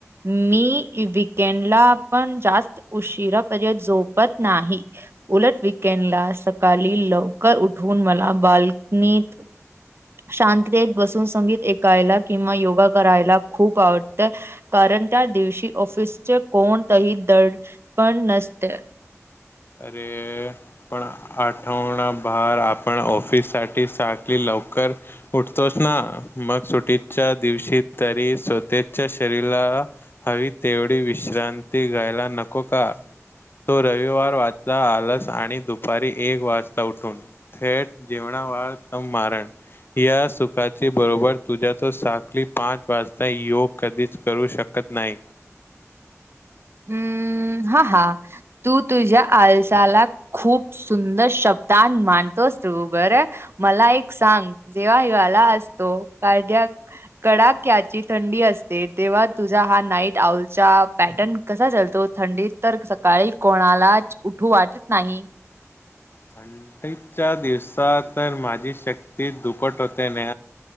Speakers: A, on the right; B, on the left.
A: मी वकेंडला पण जास्त उशीिरापर्यंत झोपत नाही उलट विकेंडला सकाळी लवकर उठवून मला बाल्कनीत शांततेत बसून संगीत ऐकायला किंवा योगा करायला खूप आवडतं कारण कोण त्या दिवशी ऑफिसचे कोणतही दड पण नसते
B: अरे पण आठवणाभर आपण ऑफिस साठी साकली ल लवकर उठतोस ना मग सुटीच्या दिवशी तरी स्वतच्या शरीरा हवी तेवढी विश्रांती घ्यायला नको का तो रविवार आलस आणि दुपारी एक वाजता उठून थेट जेवणावाळ त मारण या सुखा ची बरोबर तुझ्या त साखली पाच वाजता योग कधीच करू शक नाही
A: हम्म हा हा तू तुझ्या आलसाला खूप सुंदर शब्द मानतोस तू बरं मला एक सांग जेव्हा हिवाला असतो काद्या कडाक्याची थंडी असते तेव्हा तुझा हा नाईट आउलचा पॅटर्न कसा चालतो थंडीत तर सकाळी कोणालाच उठू वाटत नाही
B: थंडीच्या दिवसात तर माझी शक्ती दुपट होते न